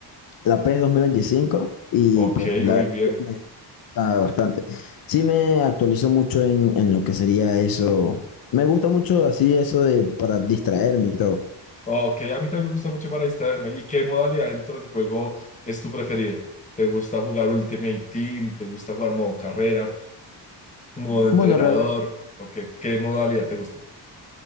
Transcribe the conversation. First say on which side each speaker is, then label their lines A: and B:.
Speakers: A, on the left (about 55°); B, on the left (about 15°).
A: la PES 2025 y
B: Ok,
A: pues la
B: muy
A: verdad
B: bien.
A: que me gusta bastante. Sí me actualizo mucho en, en lo que sería eso. Me gusta mucho así eso de para distraerme y todo.
B: Ok, a mí también me gusta mucho para distraerme. ¿Y qué modalidad dentro del juego es tu preferida? ¿Te gusta jugar Ultimate Team? ¿Te gusta jugar modo carrera? ¿Modo
A: Bueno,
B: entrenador?
A: realmente,
B: ¿O qué, qué modalidad te gusta?